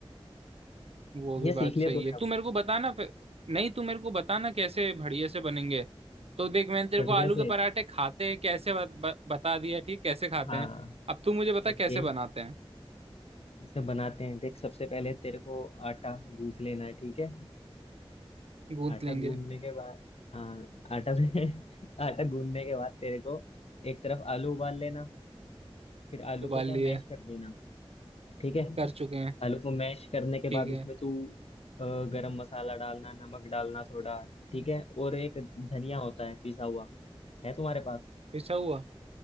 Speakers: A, on the right; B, on the left.
A: वो भी
B: ये
A: बात
B: सीख लिए
A: सही
B: तूने
A: है तू
B: अब
A: मेरे को बताना फिर नहीं तू मेरे को बताना कैसे बढ़िया से बनेंगे तो देख मैंने तेरे
B: बढ़िया
A: को आलू
B: से
A: के पराठे खाते हैं कैसे बत, ब, बता दिया ठीक कैसे खाते
B: हाँ
A: हैं अब तू मुझे बता
B: ओके
A: कैसे बनाते हैं
B: ऐसे बनाते हैं देख सबसे पहले तेरे को आटा गूंथ लेना है ठीक है
A: गूंथ
B: आटा
A: लेंगे
B: गूंदने के बाद हाँ आटा से <laughs> आटा गूंदने के बाद तेरे को एक तरफ आलू उबाल लेना फिर आलू
A: उबाल
B: को क्या
A: लिए
B: मैश कर देना ठीक है
A: कर चुके हैं
B: आलू को मैश करने के
A: ठीक
B: बाद
A: है
B: उसमें तू अ, गरम मसाला डालना नमक डालना थोड़ा ठीक है और एक धनिया होता है पिसा हुआ है तुम्हारे पास
A: ऐसा हुआ